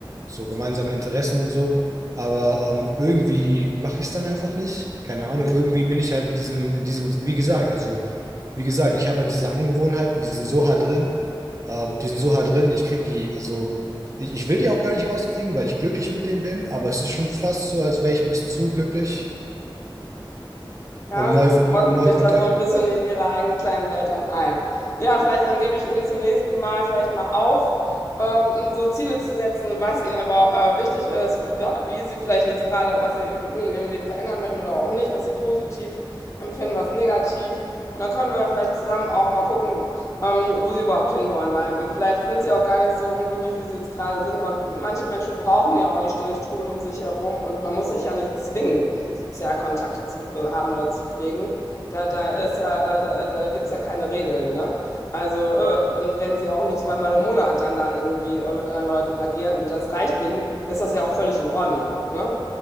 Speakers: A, on the right (about 40°); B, on the left (about 35°).
A: So gemeinsame Interessen und so. Aber ähm, irgendwie mache ich es dann einfach nicht. Keine Ahnung, irgendwie bin ich halt in diesem, in diesem, wie gesagt, also wie gesagt, ich habe halt diese Angewohnheiten, die sind so hart drin, ähm, die sind so hart drin, ich krieg die, also ich, ich will die auch gar nicht rauskriegen, weil ich glücklich mit denen bin, aber es ist schon fast so, als wäre ich ein bisschen zu glücklich,
B: Ja,
A: um neu,
B: so, sie
A: um,
B: rotten
A: um neu
B: sich
A: Kontakt.
B: da so ein bisschen in ihrer eigenen kleinen Welt dann ein. Ja, vielleicht dann gebe ich Ihnen zum nächsten Mal vielleicht mal auf, ähm, so Ziele zu setzen, was Ihnen aber äh, wichtig ist, wa- wie Sie vielleicht jetzt gerade, was Sie in Ihrem Leben verändern möchten oder auch nicht, was Sie positiv empfinden, was negativ. Und dann können wir vielleicht zusammen auch mal gucken, ähm, wo Sie überhaupt hinwollen, weil ähm, vielleicht sind Sie auch gar nicht so unglücklich, wie Sie jetzt gerade sind. Man, manche Menschen brauchen ja auch nicht ständig Trubel um sich herum und man muss sich ja nicht zwingen. Sozialkontakte zu äh, haben oder zu pflegen. Da, da ist ja, äh, da, da gibt es ja keine Regeln, ne? Also, äh, wenn sie auch nur zweimal im Monat dann da irgendwie äh, mit anderen Leuten agieren und das reicht ihnen, ist das ja auch völlig in Ordnung, ne?